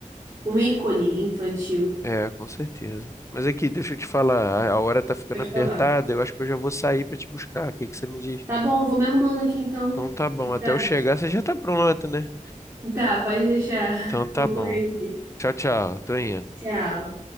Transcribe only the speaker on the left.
é, com certeza. Mas aqui, deixa eu te falar, a a hora tá ficando
apertada,
eu acho que eu já vou sair pra te buscar. O que que você me diz?
Então
tá bom,
até
eu chegar você já tá pronto, né?
Então tá
bom.
Tchau, tchau. Tô indo.